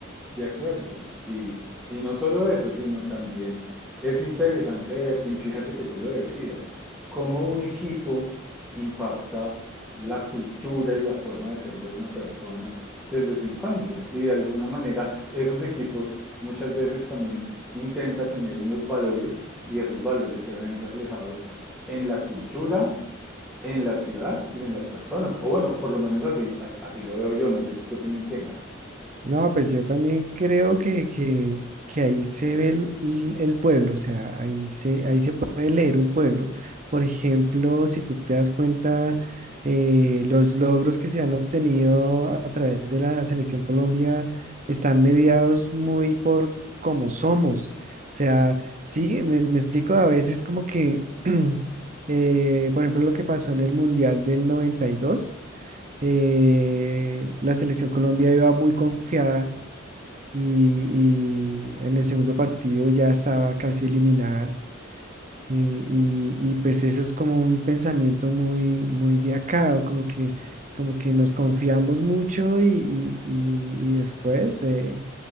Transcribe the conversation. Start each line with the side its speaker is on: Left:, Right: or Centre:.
Centre: De acuerdo. Y, y no solo eso, sino también es interesante ver, y fíjate que tú lo decías, cómo un equipo impacta la cultura y la forma de ser de una persona desde su infancia. Y de alguna manera esos equipos muchas veces también intenta tener unos valores y esos valores se ven reflejados en la cultura, en la ciudad y en las personas. O bueno, por lo menos así, as- así lo veo yo. No sé tú qué opinión tengas.
Right: No, pues yo también creo que, que, que ahí se ve el, el- el pueblo, o sea, ahí se, ahí se puede leer un pueblo. Por ejemplo, si tú te das cuenta, eh, los logros que se han obtenido a través de la Selección Colombia están mediados muy por cómo somos. O sea, sí, me, me explico a veces como que, <clears throat> eh, por ejemplo, lo que pasó en el Mundial del 92 eh, la selección Colombia iba muy confiada y, y en el segundo partido ya estaba casi eliminada. Eh, y, y pues eso es como un pensamiento muy, muy de acá, como que, como que nos confiamos mucho y, y- y- y después eh,